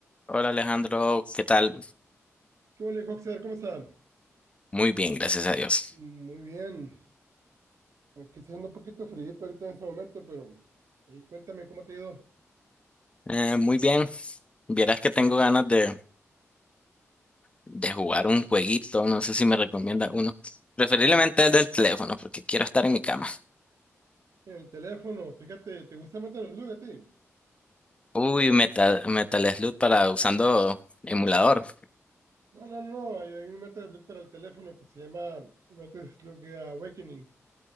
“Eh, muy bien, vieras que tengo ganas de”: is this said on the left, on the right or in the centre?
Left